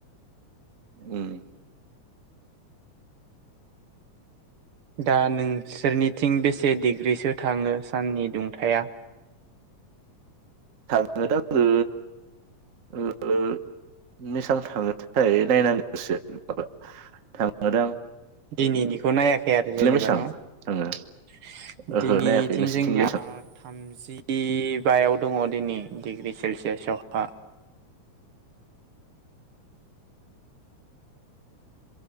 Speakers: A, on the right; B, on the right.
A: उ <inaudible>
B: दा नोंसोरनिथिं बेसे डिग्रिसो थाङो साननि दुंथाया
A: थांडो दां ओ ओआ बेसेबां थाङोथाय नायनांगोनसो माबा थांदों।
B: दिनैनिखौ नायाखै आरो जेनेबा
A: मेसां
B: न'
A: थाङो ओहो
B: दिनैथिं
A: नायाखै नोंसिनिथिंलाय
B: जोंनिया
A: मेसां
B: थामजि जि बायाव दङ दिनै सेलसियासआवहा
A: <inaudible>